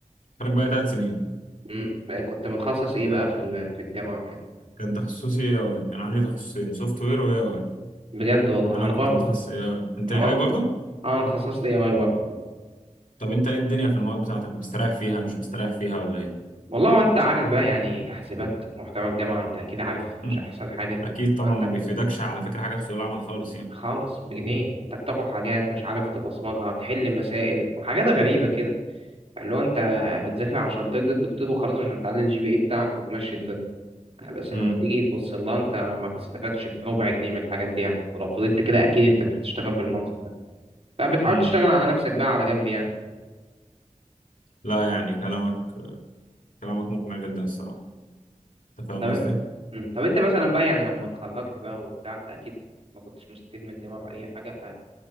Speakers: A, on the left; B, on the right.
A: خرج بقى ثلاث سنين
B: مم. بقى كنت متخصص ايه بقى في ال- في الجامعه وكده
A: كان تخصصي اي اي كان عندي تخصصين سوفت وير واي اي
B: بجد والله
A: انا
B: انا
A: كنت
B: برضه
A: متخصص اي اي انت
B: انا
A: اي
B: برضه
A: اي برضه
B: اه انا اتخصصت اي اي برضه
A: طب انت ايه الدنيا في المواد بتاعتك مستريح فيها مش مستريح فيها ولا ايه
B: والله وانت عارف بقى يعني كحسابات ومحتوى الجامعه انت اكيد عارف مش
A: هم.
B: احسن حاجه
A: اكيد طبعا
B: انت
A: ما بيفيدكش على فكره حاجه في سوق العمل خالص يعني
B: خالص بجنيه انت بتاخد حاجات مش عارف تبصمجها تحل مسائل حاجات غريبه كده اللي هو انت بتذاكر عشان ترضي الدكتور وخلاص عشان تعلي الجي بي اي بتاعك وتمشي الدنيا بس
A: امم
B: لما تيجي تبص لها انت ما بتستفادش بربع جنيه من الحاجات دي يعني ولو فضلت كده اكيد انت مش هتشتغل بالمنطق ده فبتحاول
A: امم
B: تشتغل على نفسك بقى على جنب يعني
A: لا يعني كلامك كلامك مقنع جدا الصراحه انت فاهم
B: طب
A: قصدي
B: انت مم. طب انت مثلا بقى يعني لما اتخرجت بقى وبتاع انت اكيد ما كنتش مستفيد من الجامعه باي حاجه ف-